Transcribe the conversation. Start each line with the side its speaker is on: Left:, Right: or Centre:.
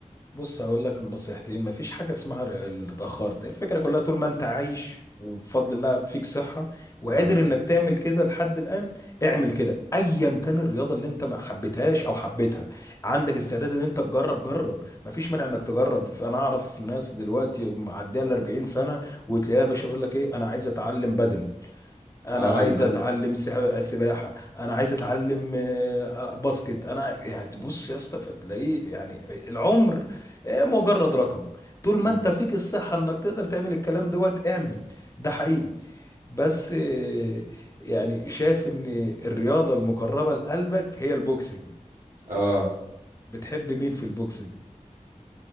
Left: بص هقول لك النصيحتين مفيش حاجة اسمها ر- اللي اتأخرت الفكرة كلها طول ما انت عايش وبفضل الله فيك صحة وقادر
Right: اه
Left: انك تعمل كده لحد الآن اعمل كده ايا كان الرياضة اللي انت ما حبيتهاش او حبيتها عندك استعداد ان انت تجرب جرب مفيش مانع انك تجرب انا اعرف ناس دلوقتي معدية ال 40 سنة وتلاقيها يا باشا بيقول لك ايه انا عايز اتعلم بدل انا
Right: اه
Left: عايز
Right: البدن
Left: اتعلم سح- السباحه انا عايز اتعلم آه، باسكت انا يعني تبص يا اسطى فتلاقيه يعني العمر آه، مجرد رقم طول ما
Right: مم.
Left: انت فيك الصحه انك تقدر تعمل الكلام دوت اعمل ده حقيقي بس آه، يعني شايف ان الرياضه المقربه لقلبك هي البوكسنج
Right: اه
Left: بتحب مين في البوكسنج